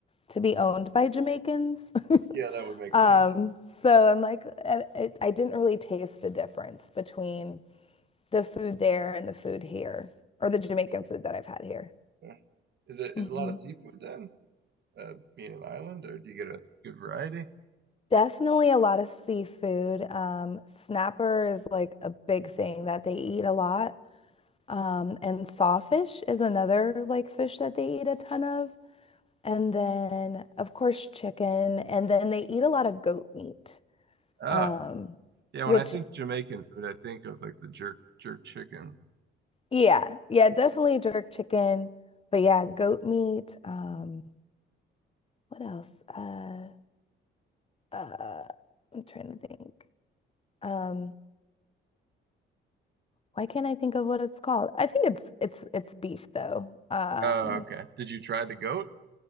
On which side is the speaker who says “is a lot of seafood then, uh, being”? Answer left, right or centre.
Right